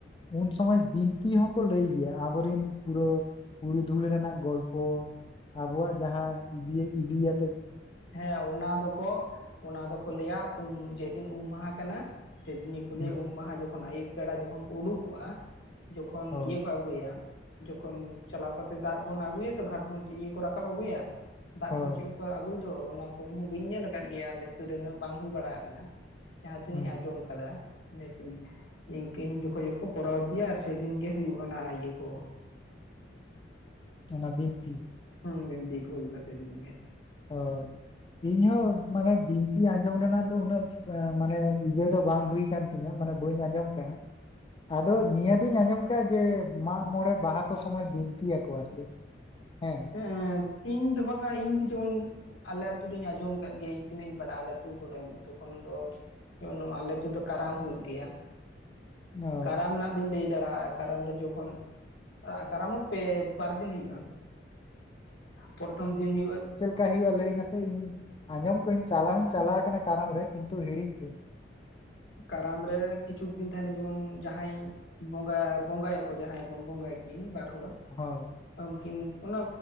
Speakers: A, on the left; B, on the left.
A: ᱩᱱ ᱥᱚᱢᱚᱭ ᱵᱤᱱᱛᱤ ᱦᱚᱸᱠᱚ ᱞᱟᱹᱭ ᱜᱮᱭᱟ ᱟᱵᱚᱨᱮᱱ ᱯᱩᱨᱟᱹ ᱯᱩᱨᱩᱫᱷᱩᱞᱹ ᱨᱮᱱᱟᱜ ᱜᱚᱞᱯᱚ ᱟᱵᱚᱣᱟᱜ ᱡᱟᱦᱟᱸ ᱤᱭᱟ ᱤᱫᱤᱟᱛᱮᱫ
B: ᱦᱮᱸ ᱚᱱᱟ ᱫᱚᱠᱚ ᱚᱱᱟ ᱫᱚᱠᱚ ᱞᱟᱹᱭᱟ ᱩᱢ, ᱡᱮᱫᱤᱱ ᱩᱢ ᱢᱟᱦᱟ ᱠᱟᱱᱟ ᱥᱮᱫᱤᱱ ᱜᱮᱠᱚ
A: ᱦᱩᱸ
B: ᱞᱟᱹᱭᱟ ᱩᱢ ᱢᱟᱦᱟ ᱡᱚ ᱠᱷᱚᱱ ᱟᱹᱭᱩᱵ ᱵᱮᱲᱟ ᱡᱚᱠᱷᱚᱱ ᱠᱚ ᱩᱰᱩᱠᱚᱜᱼᱟ ᱡᱚᱠᱷᱚᱱ
A: ᱦᱳᱭ
B: ᱤᱭᱟᱹ ᱠᱚ ᱟᱹᱜᱩᱭᱟ ᱡᱚᱠᱷᱚᱱ ᱪᱟᱞᱟᱣ ᱠᱟᱛᱮ ᱫᱟᱜ ᱵᱚᱱ ᱟᱹᱜᱩᱭᱟ ᱛᱚ ᱜᱷᱟᱴ ᱵᱚᱱ ᱤᱭᱟᱹ ᱠᱚ ᱨᱟᱠᱟᱵ ᱟᱹᱜᱩᱭᱟ ᱫᱟᱜ
A: ᱦᱳᱭ
B: ᱠᱷᱚᱱ ᱪᱮᱫ ᱠᱚ ᱟᱹᱜᱩᱭ ᱫᱚ ᱚᱱᱟ ᱠᱚ ᱤᱧ ᱦᱚᱸ ᱵᱟᱹᱧ ᱧᱮᱞ ᱟᱠᱟᱫ ᱜᱮᱭᱟ, ᱟᱞᱮ ᱟᱛᱩ ᱨᱮ ᱩᱱᱟᱹᱜ ᱵᱟᱝ ᱦᱩᱭ ᱵᱟᱲᱟ ᱟᱠᱟᱱᱟ ᱾ ᱡᱟᱦᱟᱸ ᱛᱤᱱᱟᱹᱜ
A: ᱦᱩᱸ
B: ᱤᱧ ᱟᱸᱡᱚᱢ ᱟᱠᱟᱫᱟ, ᱤᱱᱟᱹᱠᱤᱱ ᱤᱝᱠᱤᱱ ᱡᱚᱠᱷᱚᱡ ᱜᱮᱠᱚ ᱠᱚᱨᱟᱣ ᱤᱫᱤᱭᱟ ᱟᱨ ᱥᱮᱫᱤᱱ ᱜᱮ ᱦᱩᱭᱩᱜᱼᱟ ᱚᱱᱟ ᱤᱭᱟᱹ ᱠᱚ ᱾
A: ᱚᱱᱟ ᱵᱤᱱᱛᱤ ᱾
B: ᱦᱩᱸ, ᱵᱤᱱᱛᱤ ᱠᱚ ᱦᱩᱭᱩᱜᱼᱟ ᱥᱮᱫᱤᱱ ᱜᱮ ᱾
A: ᱦᱳᱭ ᱾ ᱤᱧᱦᱚ ᱢᱟᱱᱮ ᱵᱤᱱᱛᱤ ᱟᱸᱡᱚᱢ ᱨᱮᱱᱟᱜ ᱫᱚ ᱩᱱᱟᱹᱜ ᱢᱟᱱᱮ ᱤᱭᱟᱹ ᱫᱚ ᱵᱟᱝ ᱦᱩᱭ ᱠᱟᱱ ᱛᱤᱧᱟᱹ, ᱢᱟᱱᱮ ᱵᱟᱹᱧ ᱟᱸᱡᱚᱢ ᱠᱟᱜᱼᱟ ᱾ ᱟᱫᱚ ᱱᱤᱭᱟᱹ ᱫᱩᱧ ᱟᱸᱡᱚᱢ ᱟᱠᱟᱜᱼᱟ ᱡᱮ ᱢᱟᱜ ᱢᱚᱬᱮ ᱵᱟᱦᱟ ᱠᱚ ᱥᱚᱢᱚᱭ ᱵᱤᱱᱛᱤᱭᱟᱠᱚ ᱟᱨ ᱪᱮᱫ ᱾ ᱦᱮᱸ ᱾
B: ᱦᱮᱸ, ᱤᱧ ᱫᱚ ᱵᱟᱝᱟ ᱤᱧ ᱫᱚ ᱡᱮᱢᱚᱱ ᱟᱞᱮ ᱟᱛᱩ ᱨᱮᱧ ᱟᱸᱡᱚᱢ ᱟᱠᱟᱫ ᱜᱮ ᱤᱧ ᱛᱤᱱᱟᱹᱜ ᱤᱧ ᱵᱟᱲᱟᱜ ᱟᱞᱮ ᱟᱹᱛᱩ ᱠᱚᱨᱮ ᱛᱚᱠᱷᱚᱱ ᱫᱚ ᱡᱮᱢᱚᱱ ᱱᱚᱣᱟ ᱟᱞᱮ ᱟᱛᱩ ᱫᱚ ᱠᱟᱨᱟᱢ ᱦᱩᱭᱩᱜ ᱜᱮᱭᱟ,
A: ᱚ
B: ᱠᱟᱨᱟᱢ ᱨᱮᱱᱟᱜ ᱫᱚᱧ ᱞᱟᱹᱭ ᱫᱟᱲᱟᱭᱟᱜᱼᱟ, ᱠᱟᱨᱟᱢ ᱫᱚ ᱡᱚᱠᱷᱚᱱ ᱠᱟᱨᱟᱢ ᱦᱚᱸ ᱯᱮ ᱵᱟᱨ ᱫᱤᱱ ᱦᱩᱭᱩᱜᱼᱟ ᱾ ᱯᱨᱚᱛᱷᱚᱢ ᱫᱤᱱ ᱦᱩᱭᱩᱜᱼᱟ
A: ᱠᱟ ᱦᱩᱭᱩᱜᱼᱟ ᱞᱟᱹᱭ ᱢᱮᱥᱮ ᱤᱧ ᱟᱸᱡᱚᱢ ᱠᱟᱜ ᱟᱹᱧ ᱪᱟᱞᱟᱣ ᱦᱚᱸᱧ ᱪᱟᱞᱟᱣ ᱠᱟᱱᱟ ᱠᱟᱱᱟ ᱠᱟᱨᱟᱢ ᱨᱮ ᱠᱤᱱᱛᱩ ᱦᱤᱲᱤᱧ ᱠᱟᱹᱜᱼᱟᱹᱧ ᱾
B: ᱠᱟᱨᱟᱢ ᱨᱮ ᱠᱤᱪᱷᱩ ᱵᱤᱱ ᱛᱟᱦᱮᱱᱟ ᱡᱮᱢᱚᱱ ᱡᱟᱦᱟᱸᱭ ᱵᱚᱸᱜᱟ ᱵᱚᱸᱜᱟ ᱭᱟᱠᱚ ᱡᱟᱦᱟᱸᱭ ᱵᱚᱱ ᱵᱚᱸᱜᱟᱭᱠᱤᱱ ᱵᱟᱨ ᱦᱚᱲ᱾
A: ᱦᱳᱭ᱾
B: ᱟᱢ ᱠᱤᱱ ᱚᱱᱟ᱾